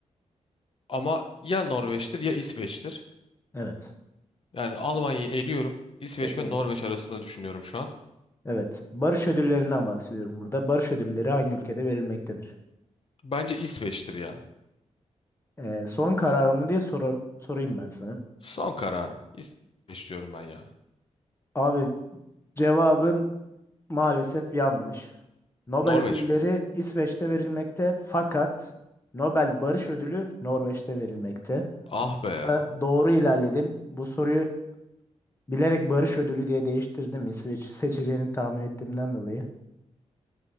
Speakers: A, on the left; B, on the left.
A: Ama ya Norveç'tir ya İsveç'tir.
B: evet.
A: Yani Almanya'yı eliyorum. İsveç
B: Ekledim.
A: ve Norveç arasında düşünüyorum şu an.
B: Evet. Barış ödüllerinden bahsediyorum burada. Barış ödülleri hangi ülkede verilmektedir?
A: Bence İsveç'tir ya.
B: Ee, son kararımı diye sor sorayım ben sana.
A: Son kararım. İsveç diyorum ben ya.
B: Abi cevabın maalesef yanlış. Nobel
A: Norveç
B: ödülleri
A: mi?
B: İsveç'te verilmekte fakat Nobel Barış Ödülü Norveç'te verilmekte.
A: Ah be.
B: Da Doğru ilerledin. Bu soruyu bilerek barış ödülü diye değiştirdim İsveç seçeceğini tahmin ettiğimden dolayı.